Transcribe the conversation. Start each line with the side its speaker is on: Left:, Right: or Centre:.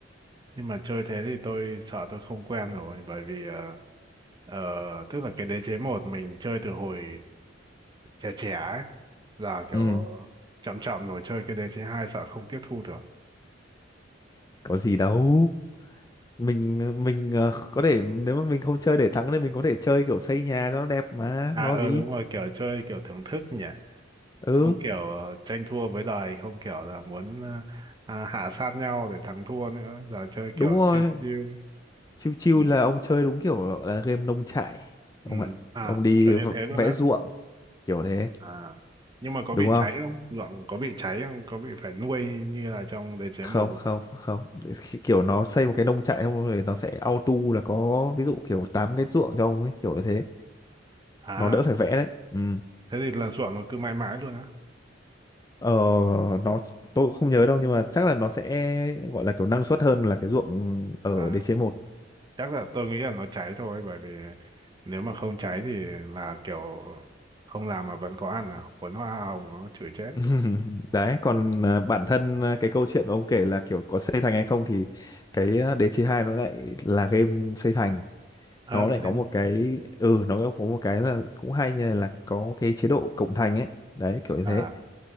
Right: nhưng mà chơi thế thì tôi sợ tôi không quen rồi bởi vì ờ, ờ, tức là cái đế chế một mình chơi từ hồi trẻ trẻ ấy là kiểu
Left: ừ,
Right: chậm chậm rồi chơi cái đế chế hai sợ không tiếp thu được.
Left: có gì đâu mình mình ờ, có thể nếu mà mình không chơi để thắng thì mình có thể chơi kiểu xây nhà cho nó đẹp mà
Right: À
Left: lo
Right: ờ
Left: gì
Right: đúng rồi, kiểu chơi kiểu thưởng thức nhỉ.
Left: ừ
Right: Không kiểu ờ, tranh thua với đời, không kiểu là muốn ờ, à, hạ sát nhau để thắng thua nữa, giờ chơi
Left: đúng
Right: kiểu
Left: rồi
Right: chill chill.
Left: chiêu chiêu
Right: Ừ.
Left: là ông chơi đúng kiểu là game nông trại ông
Right: ừ
Left: ạ
Right: à
Left: ông đi
Right: kiểu như
Left: v-
Right: thế luôn
Left: vẽ
Right: á
Left: ruộng kiểu thế
Right: à nhưng mà có
Left: đúng
Right: bị
Left: không
Right: cháy không ruộng có bị cháy không có bị phải nuôi như là trong đế chế
Left: không
Right: một không?
Left: không không Ki- kiểu nó xây một cái nông trại xong rồi nó sẽ auto là có ví dụ kiểu tám cái ruộng cho ông ấy kiểu như thế
Right: à
Left: nó đỡ phải vẽ đấy ừ.
Right: thế thì là ruộng nó cứ mãi mãi luôn á
Left: ờ, nó tôi cũng không nhớ đâu nhưng mà chắc là nó sẽ gọi là kiểu năng suất hơn là cái ruộng ở
Right: à
Left: DC một
Right: ừ. chắc là tôi nghĩ là nó cháy thôi bởi vì nếu mà không cháy thì là kiểu không làm mà vẫn có ăn à cuốn hoa hồng nó chửi chết
Left: <laughs> đấy còn à, bản thân à, cái câu chuyện mà ông kể là kiểu có xây thành hay không thì cái à, DC 2 nó lại là game xây thành
Right: ờ
Left: nó lại
Right: thế
Left: có một cái ừ nó có một cái là cũng hay như là có cái chế độ cộng thành ấy đấy kiểu như
Right: à
Left: thế